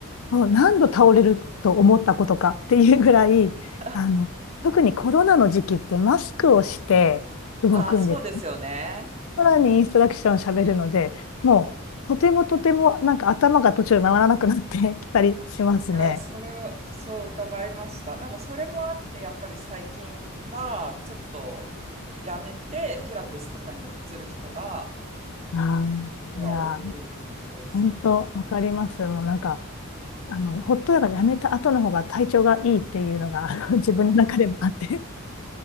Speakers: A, on the left; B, on the right.
A: そう何度倒れると思ったことかっていうぐらい、
B: <laughs>
A: あの、特にコロナの時期ってマスクをして動くんです。
B: ああ、そうですよね。
A: さらにインストラクションを喋るので、もうとてもとてもなんか頭が途中で回らなくなってきたりしますね。
B: いやー、それを、そう伺いました。なんかそれもあって、やっぱり最近は、ちょっとやめて、ピラティスとかに移る人が、
A: ああ
B: が多い感じですね。
A: いや本当、わかります。もうなんか、あの、ホットヨガやめた後の方が体調がいいっていうのが、<laughs> あの自分の中でもあって、